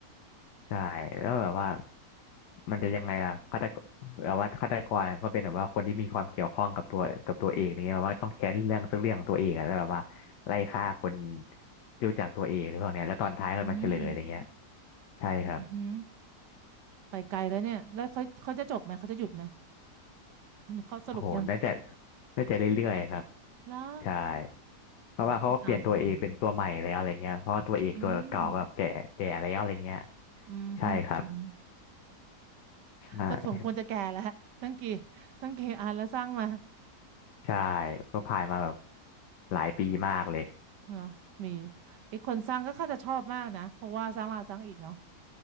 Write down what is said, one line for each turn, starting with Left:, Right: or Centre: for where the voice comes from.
Left: ใช่แล้วแบบว่ามันจะยังไงล่ะฆาตกรแบบว่าฆาตกรก็เป็นแบบว่าคนที่มีความเกี่ยวข้องกับตัวกับตัวเองอย่างเงี้ยแบบว่าต้องแค้นเรื่องสักเรื่องของตัวเองอะแล้วแบบว่าไล่ฆ่าคนที่รู้จักตัวเองหรือพวกเนี้ยแล้วตอนท้ายก็มาเฉลยอะไรเงี้ย
Right: ๆอืม
Left: ใช่ครับ
Right: อือหือไปไกลแล้วเนี่ยแล้วเขาเขาจะจบไหมเขาจะหยุดไหมมีข้อสรุปยัง
Left: โอ้โหน่าจะน่าจะเรื่อยๆครับ
Right: แล้ว
Left: ใช่เพราะว่าเขาก็เปลี่ยนตัวเอกเป็นตัวใหม่แล้วอะไรเงี้ยเพราะว่าตัวเอกตัวเก่าแบบแก่แก่แล้วอะไรเงี้ย
Right: ผมไม่ได้ตามนะ อืมอืมฮึอืม
Left: ใช่ครับใช่
Right: ก็สมควรจะแก่แล้วทั้งกี่ทั้งกี่อันแล้วสร้างมา
Left: ใช่ก็ผ่านมาแบบหลายปีมากเลย
Right: เนาะมีไอ้คนสร้างก็ค่าจะชอบมากนะเพราะว่าสร้างแลาสร้างอีกเนาะ